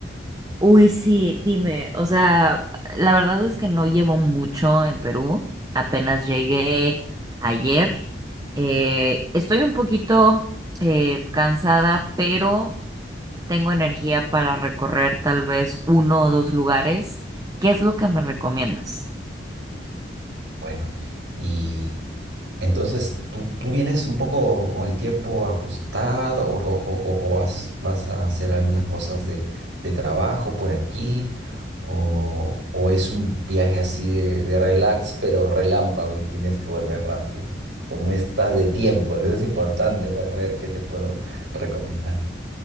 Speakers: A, on the right; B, on the right.
A: Uy, sí, dime, o sea, la verdad es que no llevo mucho en Perú, apenas llegué ayer. Eh, estoy un poquito eh, cansada, pero tengo energía para recorrer tal vez uno o dos lugares. ¿Qué es lo que me recomiendas?
B: Bueno. Y Entonces, ¿tú, tú vienes un poco con el tiempo ajustado o, o- o- o vas, vas a hacer algunas cosas de, de trabajo por aquí? O, o es un viaje así de, de relax, pero relámpago y tienes que volver rápido? ¿Cómo estás de tiempo? Eso es importante para ver qué te puedo recomendar.